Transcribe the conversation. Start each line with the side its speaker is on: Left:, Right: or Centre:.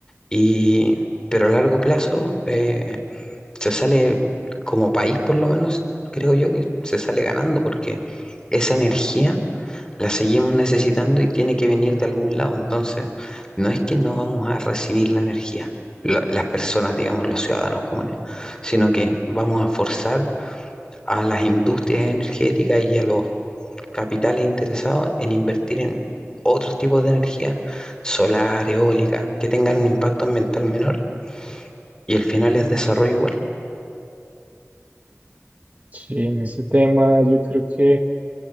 Left: Y, pero a largo plazo eh, se sale, como país por lo menos, creo yo que se sale ganando porque esa energía la seguimos necesitando y tiene que venir de algún lado. Entonces, no es que no vamos a recibir la energía, la- las personas, digamos, los ciudadanos comunes, sino que vamos a forzar a las industrias energéticas y a los capitales interesados en invertir en otros tipos de energía, solar, eólica, que tengan un impacto ambiental menor y el final es desarrollo igual.
Right: Sí, en ese tema yo creo que